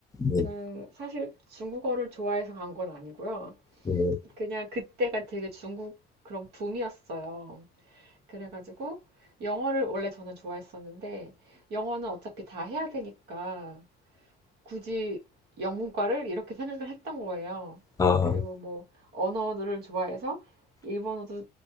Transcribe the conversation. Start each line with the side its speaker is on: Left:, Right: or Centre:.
Left: 예,
Right: 저는 사실 중국어를 좋아해서 간 건 아니고요.
Left: 예.
Right: 그냥 그때가 되게 중국 그런 붐이었어요. 그래가지고 영어를 원래 저는 좋아했었는데 영어는 어차피 다 해야 되니까 굳이 영문과를 이렇게 생각을 했던 거예요.
Left: 아,
Right: 그리고 뭐 언어를 좋아해서 일본어도